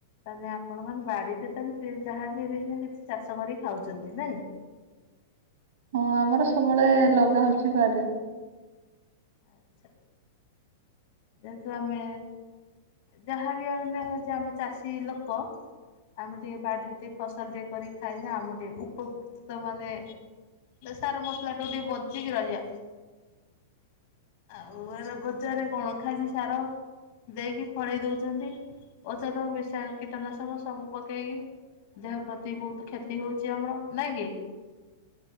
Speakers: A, on the left; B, on the right.
A: ତାହେଲେ ଆପଣ ମାନ ବାଡିରେ ଯାହାବି କିଛିନା କିଛି ଚାଷ କରିକି ଖାଉଛନ୍ତି ନାଇଁ। <inaudible>
B: ହଁ ଆମର ସବୁବେଳେ ଲଗା ହଉଛି ବାଡି
A: <inaudible> ଯେହେତୁ ଆମେ ଯାହାବି ହେଲେ ହଉଛି ଆମେ ଚାଷୀ ଲୋକ। ଆମେ ଟିକେ ବାଡିରେ ଟିକେ ଫସଲ ଟିକେ କରିକି ଖାଇଲେ ଆମେ ଟିକେ ଉପକୃତ ମାନେ ସାର ମସଲା ଠୁ ଟିକେ ବଞ୍ଚିକି ରହିବା। ଆଉ ଏବେ ବଜାରରେ କଣ ଖାଲି ସାର। ଦେଇକି ଫଳେଇ ଦଉଛନ୍ତି ଔଷଧ ବେଶା କୀଟନାଶକ ସବୁ ପକେଇକି। ଦେହ ପ୍ରତି ବହୁତ କ୍ଷତି ହଉଛି ଆମର ନାଇଁ କି?